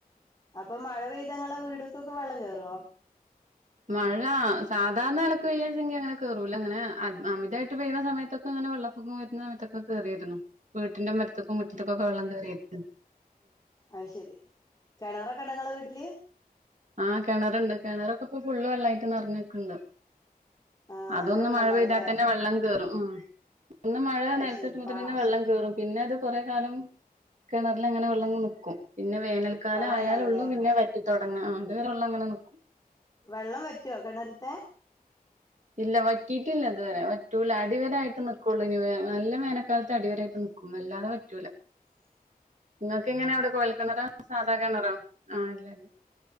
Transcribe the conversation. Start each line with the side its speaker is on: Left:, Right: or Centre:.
Left: അപ്പൊ മഴ പെയ്തങ്ങളെ വീടക്കൊക്കെ വെള്ളം കേയറുവോ
Right: മഴ സാധാരണ ഇലക്ക് പെയ്യച്ചെങ്കി അങ്ങനെ കേറൂല അങ്ങനെ അമിതായിട്ട് പെയ്യുന്ന സമയത്തൊക്കെ അങ്ങനെ വെള്ളപ്പൊക്കം വരുന്ന സമയത്തൊക്കെയറിയിരുന്ന് വീട്ടിന്റെ മരത്തൊക്കും മുറ്റത്തക്കും ഒക്കെ വെള്ളം കയറിയിരുന്നു
Left: അയ്ശരി കിണറൊക്കെ ഇണ്ടോ ഇങ്ങളെ വീട്ടില്
Right: ആഹ കിണറുണ്ട് കിണറൊക്കെ ഇപ്പൊ ഫുള്ള് വെള്ളായിട്ട് നിറഞ്ഞൊക്കണ്ട്
Left: ആഹ്
Right: അതൊന്ന്
Left: നല്ല വെള്ളം
Right: മഴ
Left: ഉണ്ടാവൂലേ
Right: പെയ്താൽ തന്നെ വെള്ളം കയറും ആ ഒന്ന് മഴ
Left: അത്
Right: നേരത്തെട്ട്
Left: ശരി
Right: മുന്നെ
Left: പാ
Right: വെള്ളം കയറും പിന്നെ അത് കൊറെ കാലം കിണറിൽ അങ്ങനെ വെള്ളം നിക്കും പിന്നെ വേനൽക്കാലം
Left: വെള്ളം
Right: ആയാലൊള്ളു
Left: ഉണ്ടാവൂലേ
Right: പിന്നെ വറ്റ തുടങ്ങ അതുവരെ വെള്ളം അങ്ങനെ നിക്കും
Left: വെള്ളം വറ്റോ കിണറ്ത്തെ
Right: ഇല്ല വറ്റിയിട്ടില്ല ഇതുവരെ വറ്റൂല അടിവര ആയിട്ട് നിക്കുള്ളൂ ഇ നല്ല വേനക്കാലത്ത് അടിവരായിട്ട് ന വല്ലാതെ പറ്റൂലേ
Left: ആ
Right: നിങ്ങക്ക് എങ്ങനെ അവിടെ കൊഴൽ കെണറോ അതോ സാധാ കെണറോ ആഹ ഇല്ലല്ല